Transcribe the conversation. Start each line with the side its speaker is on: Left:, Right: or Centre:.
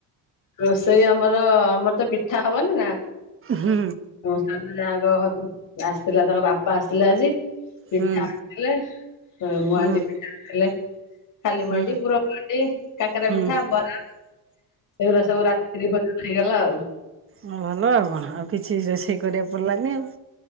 Left: ରୋଷେଇ ଆମର ଆମର ତ ପିଠା ହବନି ନା।
Right: ହୁଁ।
Left: ମୁଁ ସାନ ଯାଙ୍କ ଘରୁ ଆସିଥିଲା ତାଙ୍କ ବାପା ଆସିଥିଲା ଆଜି। ପିଠା
Right: ହୁଁ।
Left: ଆଣିଥିଲେ ମୁହାଣ୍ଡି
Right: ହୁଁ
Left: ପିଠା ଆଣିଥିଲେ। ଖାଲି
Right: ହୁଁ
Left: ମଣ୍ଡି ପୁର ମଣ୍ଡି କାକରା
Right: ହୁଁ
Left: ପିଠା ବରା ଏଗୁରା ସବୁ ରାତିରେ ଭୋଜନ ହେଇଗଲା ଆଉ।
Right: ହଁ ଭଲ ଆଉ କଣ ଆଉ କିଛି ରୋଷେଇ କରିବାକୁ ପଡିଲାନି ଆଉ।